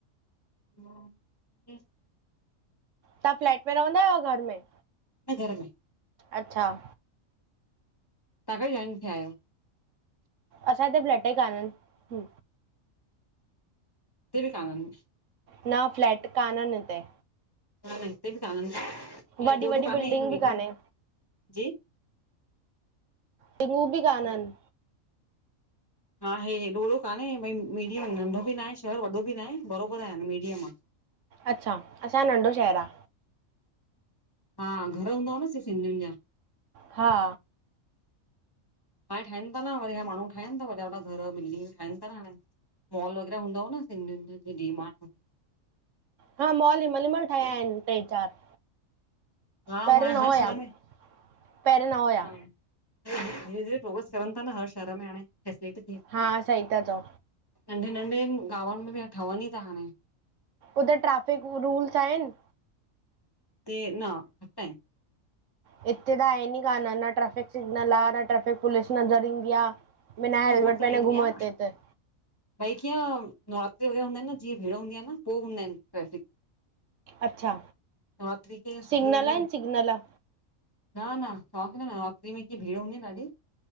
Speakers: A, on the left; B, on the right.
A: ऊँ <unintelligible>
B: तव्हां फ्लेट में रहंदा आहियो या घर में!
A: न घर में
B: अच्छा-
A: तव्हां कॾहिं जॉइन थिया आहियो।
B: असांजे फ्लेट ई कान्ह आहिनि।
A: ते ॿि कानन।
B: न फ्लेट कान न हिते।
A: ह न हिते ॿि कान
B: वॾी
A: ॾो
B: वॾी
A: कान्हे
B: बिल्डिंग
A: मीडियम
B: बि कान्हे
A: जी
B: के मूं बि
A: हेॾो
B: कानन।
A: हा हे हेॾो वॾो कान्हे भई मीडियम नंढो बि ना आहे शहर वॾो बि न आहे बरोबर आहे मीडियम आ।
B: अच्छा, असांजो नंढो शहर आ।
A: हा घर हूंदाव न हुते सिंधियुनि जा।
B: हा,
A: हाणे ठाहिनि था न वरी माण्हू ठाहिनि था व घर मिली ठाहिनि था न हाणे। मॉल वग़ैरा हूंदव न सिंधियुनि जी डीमार्ट।
B: हा मॉल मलमल ठहिया आहिनि टे चारि।
A: हा हूं
B: पहिरियों
A: आए
B: न
A: हर
B: हुया
A: शहर में
B: पहिरियों न हुया
A: ह धीरे धीरे प्रोग्रेस करनि था न हर शहर में हाणे <unintelligible>
B: हा सही ता चओ।
A: नंढे नंढे गांवनि में बि ठहनि ई था हाणे।
B: उते ट्रेफिक रूल्स आएन।
A: ते न <unintelligible>
B: हिते त आहिनि कान न ट्रेफिक सिगनल आ न ट्रेफिक पुलिस नज़र ईंदी आ। बिना
A: न
B: हेलमेट
A: उहो त
B: पहने
A: ईंदी
B: घुमो
A: आहे
B: हिते त।
A: भई कीअं नवरात्री वग़ैर हूंदा आहिन न जीअं भीड़ हूंदी आ न पो हूंदा आहिन ट्रैफिक
B: अच्छा
A: नवरात्रि कीअं सुठी
B: सिग्नल
A: हूंदी
B: आहिन
A: आहे
B: सिग्नल।
A: न न तवांखे न नआतिरी में एतरी भीड़ हूंदी न ॾाढी